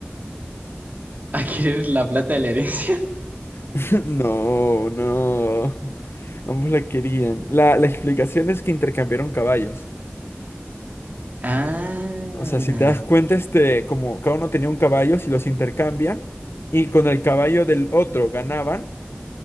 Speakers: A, on the right; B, on the left.
A: a <laughs> querer la plata de la herencia.
B: <laughs> No, no. Ambos la querían. La, la explicación es que intercambiaron caballos.
A: Ah,
B: O sea, si te das cuenta, este, como cada uno tenía un caballo, si los intercambian y con el caballo del otro ganaban,